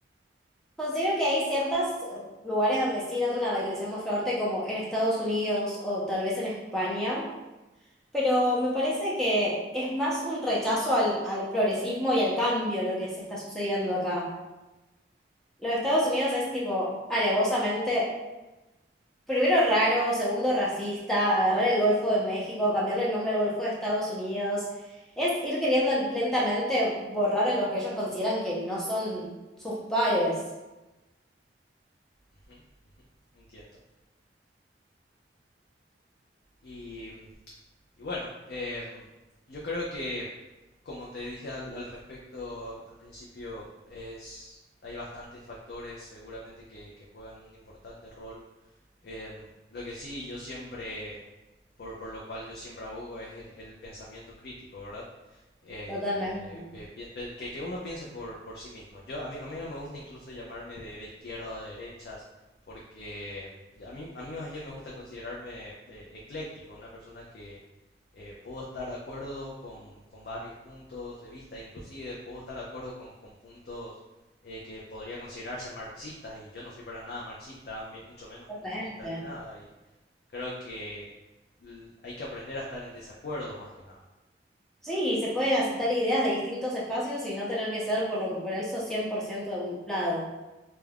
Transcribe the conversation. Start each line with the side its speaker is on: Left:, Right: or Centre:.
Centre: Considero que hay ciertos lugares donde sí noto una radicalización más fuerte, como en Estados Unidos o tal vez en España. Pero me parece que es más un rechazo al, al progresismo y al cambio lo que se está sucediendo acá. Lo de Estados Unidos es tipo alevosamente, primero raro, segundo racista, agarrar el Golfo de México, cambiarle el nombre al Golfo de Estados Unidos. Es ir queriendo lentamente borrar a los que ellos consideran que no son sus pares.
Left: Ujú, ujú, Entiendo. Y, y bueno, em, yo creo que, como te dije al, al respecto al principio, es, hay bastantes factores seguramente que, que juegan un importante rol. Em, lo que sí, yo siempre, por, por lo cual yo siempre abogo es el, el pensamiento crítico, ¿verdad? Este,
Centre: Totalmente,
Left: pe- pi- pe- que, que uno piense por, por sí mismo. Yo, a mí, a mí no me gusta incluso llamarme de, de izquierda o de derechas porque a mí, a mí más bien me gusta considerarme eh, ecléctico, una persona que eh, puedo estar de acuerdo con, con varios puntos de vista, inclusive puedo estar de acuerdo con, con puntos eh, que podría considerarse marxistas, y yo no soy para nada marxista, me- mucho menos
Centre: totalmente.
Left: comunista ni nada, y creo que l- hay que aprender a estar en desacuerdo más que nada.
Centre: Sí, se pueden aceptar ideas de distintos espacios y no tener que ser por lo por eso 100% de un lado.